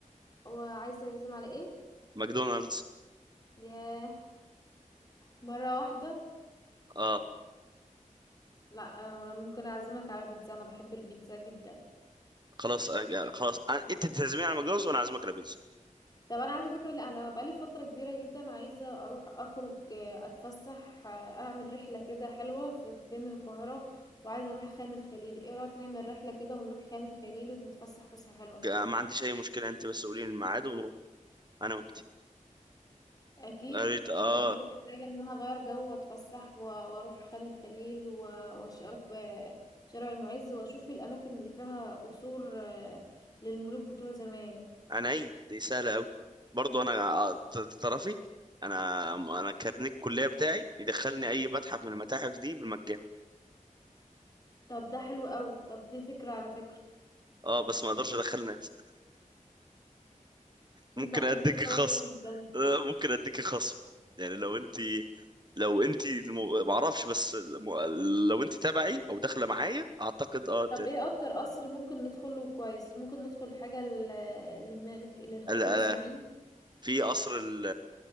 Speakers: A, on the left (about 30°); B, on the right (about 35°).
A: وعايزة تعزم على ايه
B: ماكدونالدز
A: ياه مرة واحدة
B: اه
A: لا آه، ممكن اعزمك على بيتزا انا بحب البيتزا جدا
B: خلاص آه، خلاص آه، انت تعزميني على ماكدونالدز وانا اعزمك على بيتزا
A: طب انا عندي فكره لا انا بقالي فتره كبيره جدا عايزه اروح اخرج آه، اتفسح آه، اعمل رحله كده حلوه في بين القاهره وعايزه اروح خان الخليل ايه رايك نعمل رحله كده ونروح خان الخليل ونتفسح فسحه حلوه
B: آه، ما عنديش اي مشكله انت بس قولي لي الميعاد ونروح انا وانت
A: اكيد
B: قريت اه
A: بجد محتاجه ان انا اغير جو واتفسح و- واروح خان الخليل و- وأش- اروح بشارع المعز واشوف الاماكن اللي فيها قصور آه، للملوك بتوع زمان
B: انا اي دي سهله قوي برضو انا آه، ت- تعرفي انا انا كارنيك الكليه بتاعي يدخلني اي متحف من المتاحف دي بالمجان
A: طب ده حلو قوي طب دي فكره على فكره
B: اه بس ما اقدرش ادخل ناس
A: لا
B: ممكن اديك
A: دي فكره
B: خصم
A: وحشه جدا
B: آه، ممكن اديك خصم يعني لو انت لو انت المو... ما اعرفش بس الم- لو انت تبعي او داخله معايا اعتقد اه
A: طب ايه اكتر قصر ممكن ندخله كويس ممكن ندخل حاجة لل- للملك للخديوي
B: اديك
A: اسماعيل
B: في قصر ال